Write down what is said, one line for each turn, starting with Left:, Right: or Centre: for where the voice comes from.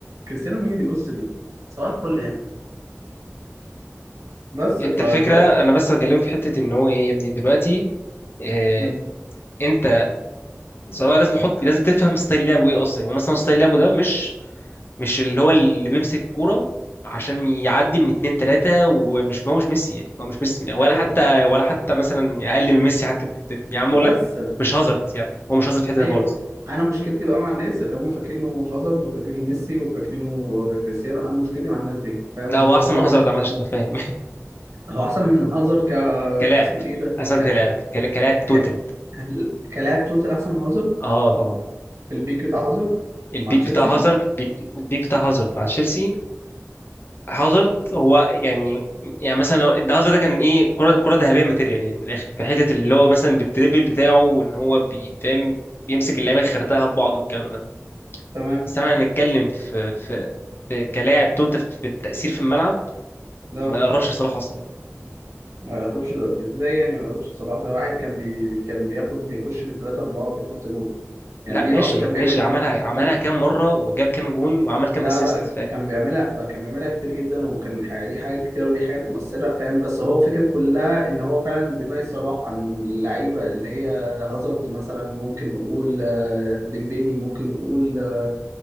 Right: كريستيانو مين اللي يبص ل- صباح الفل يعني بس
Left: انت
Right: فاللي
Left: الفكره
Right: هو
Left: انا بس بكلمك في حته ان هو ايه يا ابني دلوقتي إيه
Right: مم.
Left: انت صراحه لازم تحط لازم تفهم ستايل لعبه ايه اصلا يعني هو مثلا ستايل لعبه ده مش مش اللي هو اللي بيمسك الكوره عشان يعدي من اتنين تلاتة ومش هو مش ميسي يعني هو مش ميسي من- ولا
Right: ايوه
Left: حتى ولا حتى مثلا أقل من ميسي حتى في الدنيا. يا عم
Right: بس
Left: أقول لك
Right: ف-
Left: مش هازارد يعني هو مش هازارد في حتة
Right: ايوه
Left: خالص
Right: انا مشكلتي بقى مع الناس اللي هم فاكرينه هازارد وفاكرينه ميسي وفاكرينه كريستيانو انا مشكلتي مع الناس دي فاهم
Left: لا هو
Right: هو
Left: احسن
Right: صلاح
Left: من هازارد عامه عشان تبقى فاهم <laughs>
Right: هو احسن من هازارد ك
Left: كلاعب
Right: كاسمه ايه ده
Left: احسن
Right: ك...
Left: كلاعب كلا- كلاعب توتال
Right: ك... كلاعب توتال احسن من هازارد
Left: اه طبعا
Right: في البيك بتاع هازارد
Left: البيك
Right: مع تشيلسي
Left: بتاع هازارد بيك البيك بتاع هازارد مع تشيلسي هازارد هو يعني يعني مثلا لو ده هازارد ده كان ايه كره كره ذهبيه ماتيريال يعني من الاخر في حته اللي هو مثلا بالدريبل بتاعه وان هو بيفهم يمسك اللعيبه
Right: مم.
Left: يخرتها ببعض والكلام ده
Right: تمام
Left: بس احنا هنتكلم في في في كلاعب توتال في التأثير في الملعب
Right: لا
Left: ما يقربش صلاح اصلا يعني
Right: ما يقربش ده ازاي يعني ما يقربش صلاح ده واحد كان بي... كان بياخد بيخش بالثلاثة أربعة وبيحط جول
Left: لا
Right: يعني مين
Left: ماشي
Right: أصلا كان بيعمل
Left: ماشي عملها عملها
Right: مين
Left: كام مره وجاب كام جون وعمل كام
Right: لا
Left: اسيست
Right: لا كان بيعملها كان بيعملها كتير جدا وكان الحقيقة ليه حاجات كتير ودي حاجات مؤثرة فاهم بس هو الفكرة كلها إن هو فعلا اللي بيميز صلاح عن اللعيبة اللي هي هازارد مثلا ممكن نقول آه، ديمبيلي ممكن نقول آه،